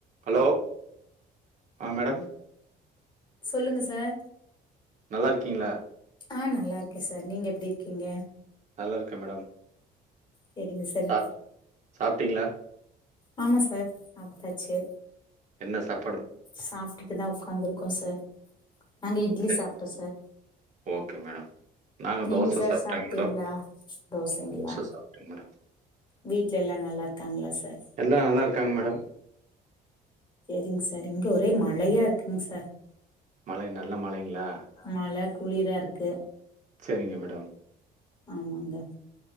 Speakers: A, on the right (about 45°); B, on the left (about 25°).
A: Hello ஆ madam
B: சொல்லுங்க sir
A: நல்லாருக்கீங்ளா?
B: ஆ நல்லாருக்கே சார் நீங்க எப்டி இருக்கீங்க?
A: நல்லாருக்க மேடம்
B: செரிங்க சார்
A: சா சாப்ட்டீங்களா?
B: ஆமா சார் சாப்டாச்சு
A: என்ன சாப்
B: சாப்டுட்டுதா உக்காந்துருக்கோ சார் நாங்க இட்லி
A: சரி.
B: சாப்டோ சார்
A: ஓகே மேடம் நாங்க
B: நீங்க
A: தோச
B: சார்
A: சாப்ட்டேங்க
B: சாப்ட்டீங்களா?
A: மேடம்.
B: தோசைங்ளா
A: தோச சாப்ட்டேங்க மேடம்.
B: வீட்ல எல்லா நல்லாருக்காங்ளா சார்
A: எல்லா நல்லா இருக்காங்க மேடம்.
B: சேரிங் சார் இங்க ஒரே மழயா இருக்குங் சார்
A: மழை நல்ல மழைங்ளா
B: மழ குளிரா இருக்கு
A: செரிங்க மேடம்
B: ஆமாங்க